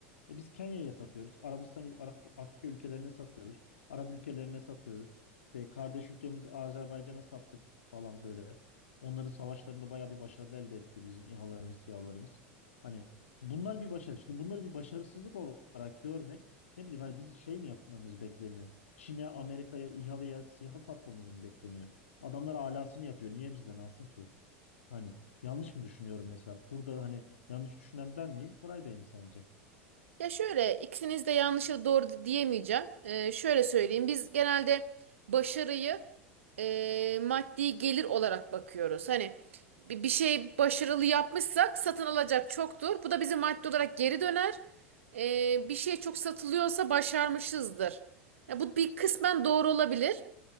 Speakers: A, on the left; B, on the right.
A: E biz Kenya'ya satıyoruz. Arabistan, Arap, Afrika ülkelerine satıyoruz. Arap ülkelerine satıyoruz. İşte kardeş ülkemiz Azerbaycan'a sattık falan böyle. Onların savaşlarında bayağı bir başarı elde etti bizim İHA'larımız, SİHA'larımız. Hani bunlar bir başarı. Şimdi bunları bir başarısızlık olarak görmek ne bileyim hani biz şey mi yapmamız bekleniyor? Çin'e, Amerika'ya, İHA veya SİHA satmamız mı bekleniyor? Adamlar alasını yapıyor. Niye bizden alsın ki? Hani yanlış mı düşünüyorum mesela? Burada hani yanlış düşünen ben miyim? Koray Bey mi sence.
B: Ya şöyle ikisiniz de yanlış ya da doğru di- diyemeyeceğim. Ee, şöyle söyleyeyim. Biz genelde başarıyı e, maddi gelir olarak bakıyoruz. Hani bi- bir şey başarılı yapmışsak satın alacak çoktur. Bu da bize maddi olarak geri döner. Ee, bir şey çok satılıyorsa başarmışızdır. Ya bu bir kısmen doğru olabilir.